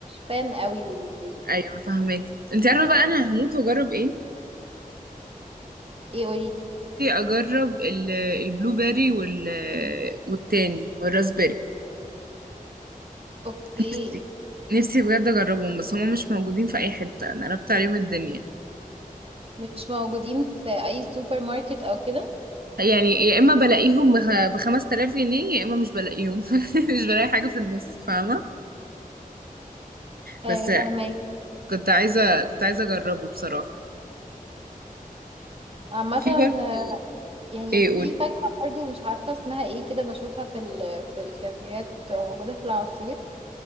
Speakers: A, on the right (about 40°); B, on the right (about 85°).
A: فان قوي للكريز
B: ايوه فاهمك انت عارفه بقى انا هموت واجرب ايه
A: ايه قولي
B: نفسي اجرب ال- البلو بيري وال والتاني والراسبيري
A: اوكي
B: نفسي نفسي بجد اجربهم بس هما مش موجودين في اي حته انا قربت عليهم الدنيا
A: مش موجودين في اي سوبر ماركت او كده
B: يعني يا اما بلاقيهم بخ- بخمس تلاف جنيه يا اما مش بلاقيهم <laughs> مش بلاقي حاجه في النص فاهمه
A: آه
B: بس
A: فهماك
B: كنت عايزه كنت عايزه اجربه بصراحه
A: عامة
B: في
A: آه،
B: برضه
A: يعني
B: ايه قول
A: في فاكهة برضو مش عارفة اسمها ايه كده بشوفها في ال في الكافيهات بتبقى موجودة في العصير